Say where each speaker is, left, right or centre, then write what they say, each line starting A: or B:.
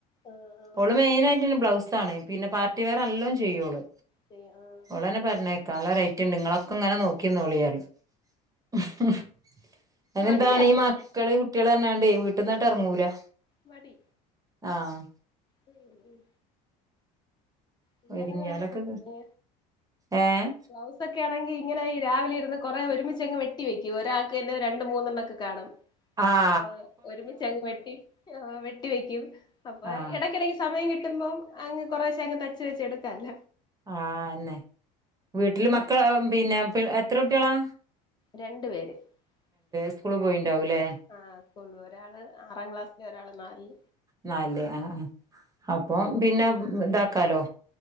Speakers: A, on the left; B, on the right.
A: ആഹ് ആഹ്
B: ഓള് മെയിനായിട്ട് തന്നെ ബ്ലൗസാണ്. പിന്നെ പാർട്ടി വെയർ എല്ലം ചെയ്യു ഓള്
A: ശരി ആഹ്
B: ഓളെന്നെ പറയണെ കേ ക്കാം. നല്ല റേറ്റ് ഇണ്ട് ഇങ്ങളൊക്കെ ങ്ങനെ നോക്കിന്നൊളി പറയും ഹ് ഹ്. ആയി ന്നെന്താണ്
A: മടിയാണ്
B: ഈ മക്കള് കുട്ടിള് പറഞ്ഞു ങ്ങാ വീട്ടിന്നാങ്ങാട്ട് എറങ്ങൂലെ
A: പടി.
B: ആഹ്
A: മ് ഉം ഇല്ലാതെ
B: ഒരുങ്ങിയാലൊക്കെ
A: കൊയപ്പല്ലെ
B: ഏഹ്
A: ബ്ലൗസ് ഒക്കെ ആണെങ്കി ഇങ്ങനെ ഈ രാവിലെ ഇരുന്ന് കൊറേ ഒരുമിചങ്ങ് വെട്ടി വെക്കും. ഇ ഒരാൾക്ക്ന്നെ രണ്ട് മൂന്നെണ്ണം കെ കാണും.
B: ആഹ് -
A: അപ്പൊ ഒരുമിച്ചങ്ങ് വെട്ടി ആ വെട്ടി വെയ്കും അപ്പൊ
B: ആഹ്
A: എടക്കടക്ക് സമയം കിട്ടുമ്പോ അങ്ങ് കൊറശേ അങ് തച്ചു വെച്ച് എട്ക്കല്ല
B: ആഹ അന്നെ വീട്ടില് മക്കൾ ആ പിന്നെ പി എത്ര കുട്ട്യേളാ.?
A: രണ്ട് പേര്. !
B: സ്കൂള് പോയിണ്ടാവൂലേ
A: മ് ആഹ് സ്കൂള ഒരാള് ആറാം ക്ലാസില് ഒരാള് നാല്ല്.
B: നല് ആഹ് അ അപ്പൊ പിന്നെ താക്കാലോ